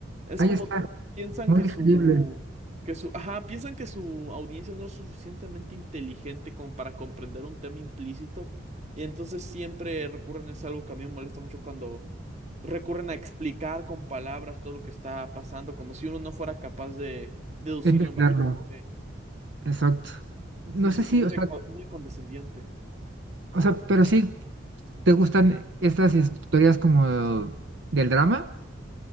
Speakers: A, on the right; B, on the right.
A: Es
B: ahí
A: como
B: está,
A: piensan
B: muy
A: que
B: digerible
A: su, que su, ajá, piensan que su audiencia no es suficientemente inteligente como para comprender un tema implícito. Y entonces siempre recurren, es algo que a mí me molesta mucho cuando recurren a explicar con palabras todo lo que está pasando, como si uno no fuera capaz de deducirlo
B: entenderlo.
A: en base a lo que ve.
B: Exacto. No
A: Sí,
B: sé
A: se
B: si,
A: siente
B: o sea,
A: co- muy condescendiente.
B: o sea, pero sí te gustan estas historias como del drama.